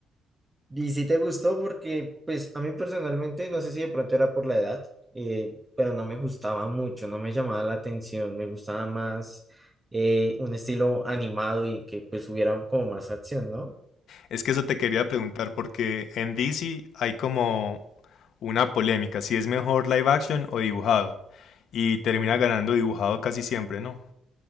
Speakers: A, on the right (about 20°); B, on the left (about 70°).
A: Y si te gustó porque, pues, a mí personalmente, no sé si de pronto era por la edad, eh, pero no me gustaba mucho, no me llamaba la atención, me gustaba más eh, un estilo animado y que pues hubiera como más acción, ¿no?
B: Es que eso te quería preguntar, porque en DC hay como una polémica, si es mejor live action o dibujado. Y termina ganando dibujado casi siempre, ¿no?